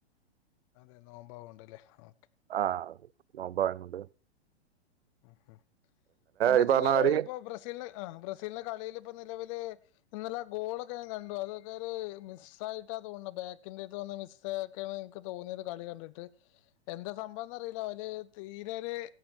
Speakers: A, on the left; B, on the right.
A: അതെ നോമ്പാവ ഉണ്ടല്ലേ ആ
B: ആ നോമ്പായിരുന്നു കൊണ്ട്
A: ഉം എന്താ വച്ച
B: ഈ പറഞ്ഞ
A: കഴിഞ്ഞാല്
B: മാതിരി
A: ഇപ്പം ബ്രസീല് ആ ബ്രസീലിന്റെ കളിയില് നിലവൽ ഇന്നലെ ഗോളൊക്കെ ഞാൻ കണ്ടു അതൊക്കെ ഒരു മിസ് ആയിട്ടാ തോന്നണത് ബാക്കിന്റെതും മിസ്ക്കെയാണ് എനിക്ക് തോന്നിയത് കളി കണ്ടിട്ട് എന്താ സംഭവംന്ന്റിയില്ല അവര് തീരെര്